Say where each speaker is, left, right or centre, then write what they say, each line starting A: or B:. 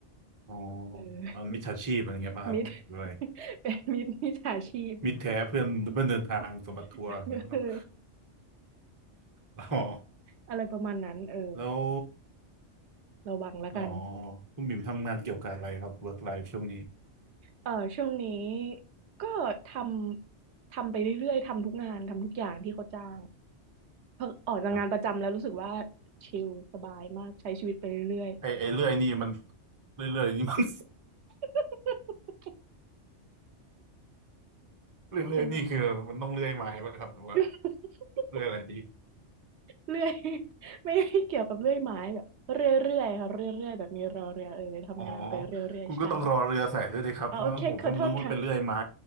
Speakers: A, on the right; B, on the right.
A: อ๋อ
B: <laughs>
A: เอ่อมิจฉาชีพอะไรเงี้ยป่ะครับหรืออะไร
B: เออมิตร <laughs> เป็นมิตรมิจฉาชีพ
A: มิตรแท้เพื่อนเพื่อนเดินทางสมบัติทัวร์อย่างเงี้ยมั้งครับ
B: <laughs> เออ
A: อ๋อ
B: <laughs> อะไรประมาณนั้นเออ
A: แล้ว
B: ระวังแล้วกัน
A: อ๋อคุณบิ่มทำงานเกี่ยวกับอะไรครับ work life ช่วงนี้
B: เออช่วงนี้ก็ทำทำไปเรื่อยๆทำทุกงานทำทุกอย่างที่เขาจ้างเพิ่งออกจากงานประจำแล้วรู้สึกว่า
A: ครับ
B: ชิลสบายมากใช้ชีวิตไปเรื่อย
A: ไอไอเลื่อยนี่มันเรื่อยๆนี่มัน
B: ๆ <laughs>
A: <laughs> เรื่อยๆนี่คือมันต้องเลื่อยไม้ป่ะครับหรือว่า
B: ยังไง <laughs>
A: เลื่อยอะไรดี
B: เรื่อยไม่ไม่เกี่ยวกับเลื่อยไม้แบบเรื่อยๆค่ะเรื่อยๆแบบมีรอเรือเออทำงานไปเรื่อยๆใช่
A: อ๋อ คุณก็ต้องรอเรือใส่ด้วยดิครับเพราะงั้นผมก็นึกว่าเป็นเลื่อยไม้
B: อ๋อโอเคขอโทษค่ะ